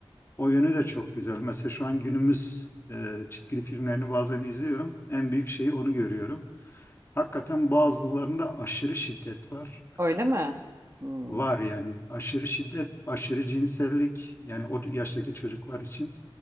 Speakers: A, on the left; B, on the right.
A: o yönü de çok güzel. Mesela şu an günümüz e, çizgili filmlerini bazen izliyorum. En büyük şeyi onu görüyorum. Hakikaten bazılarında aşırı şiddet var.
B: Öyle mi? Hmm.
A: Var yani aşırı şiddet, aşırı cinsellik yani o yaştaki çocuklar için.